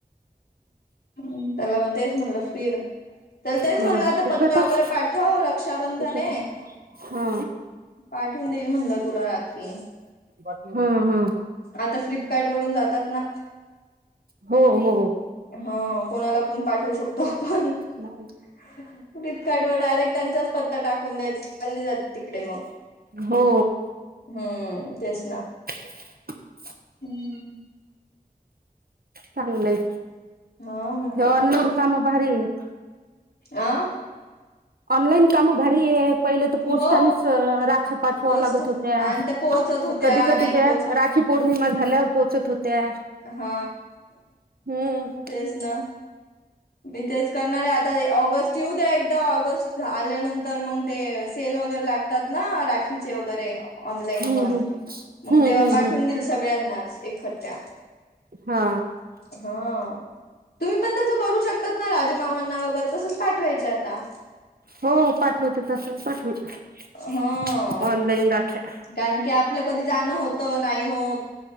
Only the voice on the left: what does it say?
त्याला पण तेच म्हणलं फिर. त्याला तेच
म्हणलं
आता
पत्ता
वगैरे पाठव रक्षाबंधन
आहे.
पाठवून देईल म्हणलं तुला राखी.
आता फ्लिपकार्ट वरून जातात ना.
हा कोणाला पण पाठवू शकतो आपण.
फ्लिपकार्ट वर डायरेक्ट त्यांचाच पत्ता टाकून द्यायचा चालली जात तिकडे मग.
हम्म तेच ना.
हम्म.
हा मग
आं
हो.
पोस्ट
आणि त्या पोहोचत होत्या
नाही
पोहोच
हा
तेच ना. मी तेच करणार आहे आता ऑगस्ट येऊ दे. ऑगस्ट आल्यानंतर मग ते सेल वगैरे लागते तात ना राखीचे वगैरे ऑनलाईन
पण.
मग
तेव्हा
पाठवून
देईल सगळ्यांनाच एक थप्या.
हा तुम्ही पण तसं करू शकतात ना राजू मामांना वगैरे तसं पाठवायच्या आता.
हा
कारण की आपलं कधी जाणं होत नाही होत.